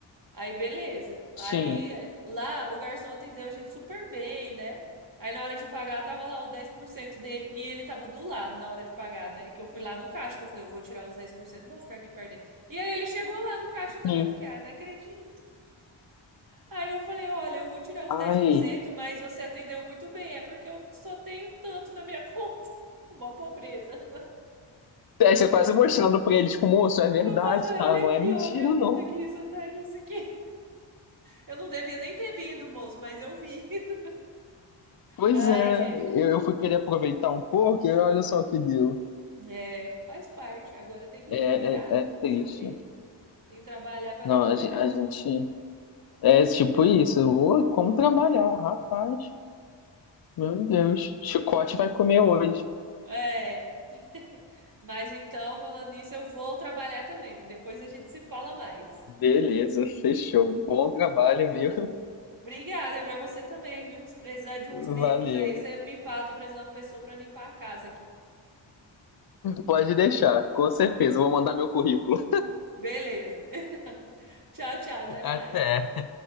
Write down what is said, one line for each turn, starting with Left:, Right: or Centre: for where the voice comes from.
Right: Aí beleza. Aí
Left: sim.
Right: eh, lá o garçom atendeu a gente super bem, né? Aí na hora de pagar tava lá o 10% dele e ele tava do lado na hora de pagar, né? Que eu fui lá no caixa, que eu falei, eu vou tirar os 10%, não vou ficar aqui perdendo. E aí ele chegou lá no caixa também.
Left: Sim.
Right: Eu fiquei, ai, não acredito. Aí eu falei, olha, eu vou tirar os dez
Left: Ai.
Right: por cento, mas você atendeu muito bem, é porque eu só tenho tanto na minha conta. <laughs> Mó pobreza.
Left: É, você quase mostrando pra ele, tipo, moço, é verdade,
Right: Eu quase falei,
Left: tá?
Right: olha
Left: Não
Right: aqui,
Left: é mentira,
Right: ó, minha conta
Left: não.
Right: aqui, só tá isso aqui. Eu não devia nem ter vindo, moço, mas eu vi. <laughs>
Left: Pois
Right: Ai,
Left: é,
Right: gente.
Left: eu, eu fui querer aproveitar um pouco e olha só o que deu.
Right: É, faz parte. Agora tem que recuperar,
Left: É, é,
Right: né?
Left: é
Right: Fazer
Left: triste.
Right: o quê? Tem que trabalhar pra
Left: Não,
Right: recuperar.
Left: a, gen- a gente. É tipo isso. Ô, como trabalhar, rapaz? Meu Deus. Chicote vai comer hoje.
Right: É. <laughs> Mas então, falando nisso, eu vou trabalhar também. Depois a gente se fala mais.
Left: Beleza, <laughs> fechou. Bom trabalho, viu?
Right: Obrigada, e pra você também, viu? Se precisar de uns
Left: <laughs>
Right: bicos
Left: Valeu.
Right: aí, você me fala, tô precisando de uma pessoa pra limpar a casa aqui.
Left: Pode deixar, com certeza. Eu Vou mandar meu currículo.
Right: Beleza. <laughs> Tchau, tchau, até mais.
Left: Até.